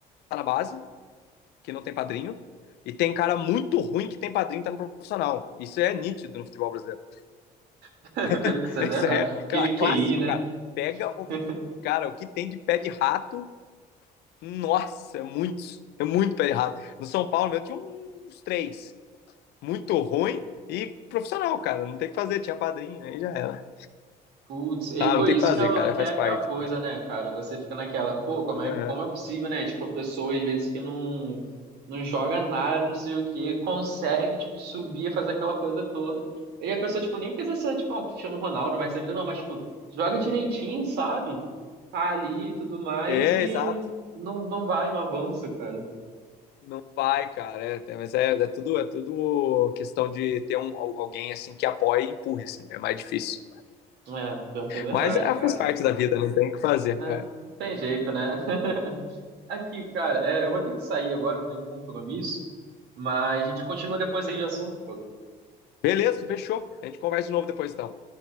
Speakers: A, on the left (about 75°); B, on the right (about 75°).
A: tá na base, que não tem padrinho, e tem cara muito ruim que tem padrinho e tá no profissional. Isso é nítido no futebol brasileiro.
B: <laughs> Pior
A: <laughs>
B: que isso é
A: Isso
B: verdade.
A: é
B: Aquele QI,
A: clássico,
B: né?
A: cara. Pega
B: <laughs>
A: o. Cara, o que tem de pé de rato, nossa, é muitos. É muito pé de rato. No São Paulo, eu tinha uns três. Muito ruim e profissional, cara. Não tem o que fazer, tinha padrinho, aí já era.
B: Putz, e
A: Ah,
B: pô,
A: não tem
B: isso
A: o que fazer,
B: que é, o-
A: cara,
B: que
A: faz
B: é a
A: parte.
B: pior coisa, né, cara? Você fica naquela, pô, como é,
A: Aham.
B: como é possível, né? Tipo, a pessoa às vezes que não, não joga nada, não sei o quê, consegue, tipo, subir, fazer aquela coisa toda. E a pessoa, tipo, nem fez essa, tipo, ah, um Cristiano Ronaldo, mas essa vida não, mas, tipo, joga direitinho, sabe? Tá ali e tudo mais
A: É,
B: e
A: exato.
B: não, não vai, não avança, cara.
A: Não vai, cara. É, tem- mas é, é tudo, é tudo questão de ter um, al- alguém assim que apoie e empurre, assim, é mais difícil.
B: É, pior que é verdade,
A: Mas é,
B: cara.
A: faz parte da vida, não tem o que fazer.
B: É,
A: é.
B: não tem jeito, né? <laughs> Aqui, cara, é, eu vou ter que sair agora porque eu tenho um compromisso, mas a gente continua depois aí o assunto, pô.
A: Beleza, fechou. A gente conversa de novo depois, então.